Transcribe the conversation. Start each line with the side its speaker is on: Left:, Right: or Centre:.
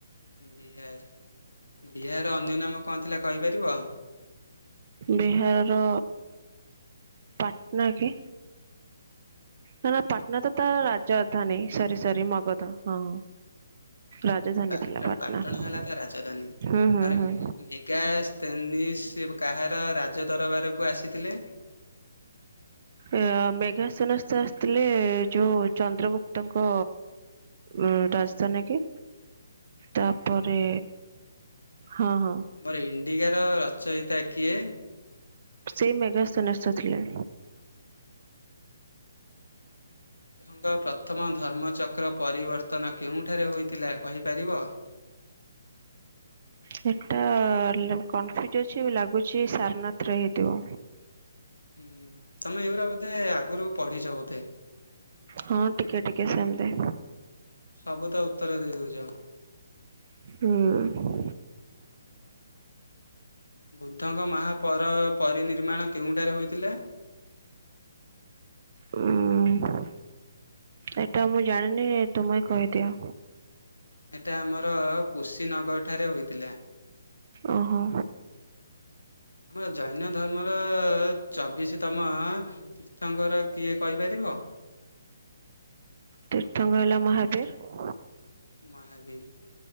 Left: ବିହାର ବିହାର ର ଅନ୍ୟ ନାମ କଣ ଥିଲା କହିପାରିବ?
Right: ବିହାରର। ପାଟନା କି। ପାଟନା ତ ତା ରାଜଧାନୀ ସରି ସରି ମଗଧ ହଁ। ରାଜଧାନୀ
Left: ପାଟ
Right: ଥିଲା ପାଟନା
Left: ପାଟଣା ହେଲା ତା ରାଜଧାନୀ
Right: ହୁଁ ହୁଁ
Left: ଆରେ
Right: ହୁଁ।
Left: <unintelligible> କାହାର ରାଜ ଦରବାରକୁ ଆସିଥିଲେ।
Right: ଅ ମେଘା ସନାସ୍ଥ ଆସିଥିଲେ ଯୋଉ ଚନ୍ଦ୍ରଗୁପ୍ତଙ୍କ ଉଁ ରାଜଧାନୀ କି ତାପରେ
Left: ହୁଁ
Right: ହଁ ହଁ।
Left: ମୋର ଇଣ୍ଡିଗାର ରଚୟିତା କିଏ?
Right: ସେଇ ମେଘା <unintelligible> ଥିଲେ।
Left: ଙ୍କ ପ୍ରଥମ ଧର୍ମଚକ୍ର ପରିବର୍ତ୍ତନ କେଉଁଠାରେ ହୋଇଥିଲା କହିପାରିବ?
Right: ହେଟା କନଫ୍ୟୁଜ ଅଛି ଲାଗୁଛି ସାରନଥରେ ହେଇଥିବ।
Left: ହୁଁ ତମେ ଏଗୁରା ବୋଧେ ଆଗୁରୁ ପଢିଛ ବୋଧେ।
Right: ହଁ ଟିକିଏ ଟିକିଏ ସେମତି।
Left: ସବୁ ତ ଉତ୍ତର ଦେଇ ଦଉଚ।
Right: ହୁଁ।
Left: ବୁଦ୍ଧଙ୍କ ମାହା ପର ପରିନିର୍ମାଣ କେଉଁଠାରେ ହୋଇଥିଲେ?
Right: ହୁଁ ସେଟା ମୁଁ ଜାଣିନି ତୁମେ କହିଦିଅ।
Left: ହେଟା ଆମର କୁଶୀନଗରଠାରେ ହୋଇଥିଲା।
Right: ଓହୋ।
Left: ଆମର ଜୈନ ଧର୍ମର ଚବିଶତମ ଅ ତାଙ୍କର କିଏ କହିପାରିବ।
Right: ତୀର୍ଥଙ୍ଗ ହେଲା ମହାବୀର।
Left: ମହାବୀର